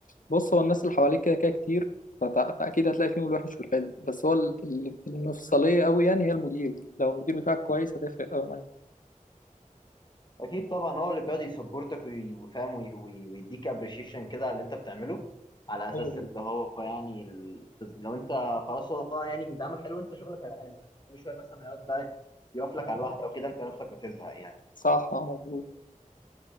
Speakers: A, on the left; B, on the left.
A: بص هو الناس اللي حواليك كده كده كتير فتع- فاكيد هتلاقي فيهم الوحش والحلو بس هو ال- ال- المفصليه قوي يعني هي المدير دي لو المدير بتاعك كويس هتفرق قوي معاك
B: اكيد طبعا هو اللي بيقعد يسبورتك وي- ويفهم وي- وي- ويديك ابريشيشن كده على اللي انت بتعمله على اساس
A: أيوة.
B: اللي هو يعني ال... لو انت خلاص هو يعني بيدعمك حلو انت شغلك هيبقى حلو لكن كل شويه مثلا هيقعد بقى يقف لك على الواحده وكده انت نفسك هتزهق يعني
A: صح اه مظبوط